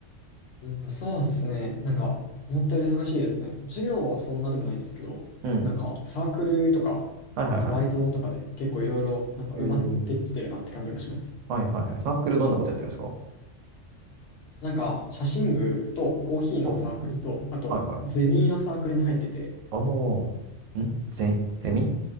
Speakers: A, on the left (about 65°); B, on the right (about 80°).
A: うん、そうですね、なんか思ったより忙しいですね。授業はそんなでもないんですけど、
B: うん。
A: なんかサークルとか、
B: はいはいはい。
A: あとバイトとかで結構いろいろなんか埋まってきてるなって感じがします。
B: えー、はいはいはい。サークルどんなことやってるんですか
A: なんか写真部とコーヒーのサークルと、
B: おー
A: あとゼミのサークルに入ってて、
B: はいはい。おー。んゼ、ゼミ